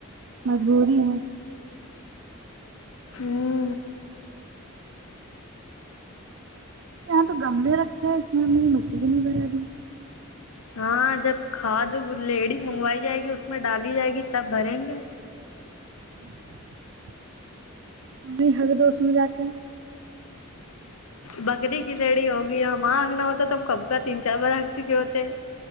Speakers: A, on the right; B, on the left.
A: مجبوری ہے
B: ہمم
A: یہاں تو گملے رکھے ہے اس میں میری مٹی بھی نہیں بھرے ابھی
B: ہاں جب کھاد ولیڑی منگوائی جائے گی اس میں ڈالی جائے گی تب بھریں گے
A: <inaudible> ابھی ھگدو اسمے جاکے
B: بکری کی لیڑی ہوگی ہمارا ہوتا تو ہمکب کا تین چار بار ھگ چکے ہوتے